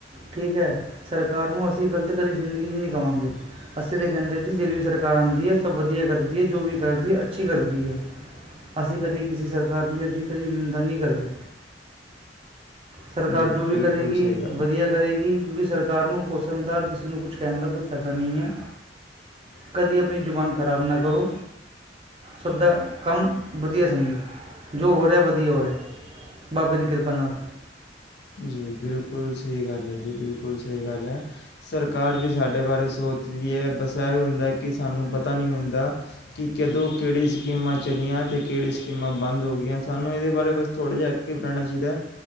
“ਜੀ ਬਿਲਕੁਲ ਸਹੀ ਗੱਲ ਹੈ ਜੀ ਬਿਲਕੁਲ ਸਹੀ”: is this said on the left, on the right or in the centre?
Left